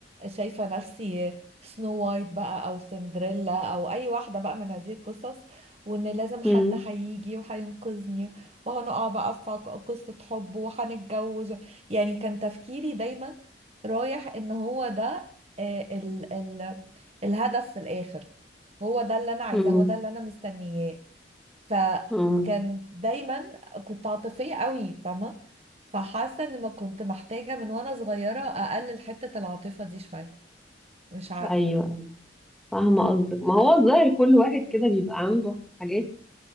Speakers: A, on the right; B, in the centre.
A: شايفة نفسي سنو وايت بقى أو سندريلا أو أي واحدة بقى من هذه القصص وإن لازم حد
B: امم
A: هيجي وهينقذني وهنقع بقى في ق- قصة حب وهنتجوز يعني كان تفكيري دايما رايح إن هو ده آه، ال ال الهدف في الآخر هو ده اللي أنا عايزاه
B: امم
A: هو ده اللي أنا مستنياه فكان
B: امم
A: دايما كنت عاطفية قوي فاهمة فحاسة إن ما كنت محتاجة من وأنا صغيرة أقلل حتة العاطفة دي شوية مش عارفة
B: ايوه فاهمه قصدك ما هو الظاهر كل واحد كده بيبقى عنده حاجات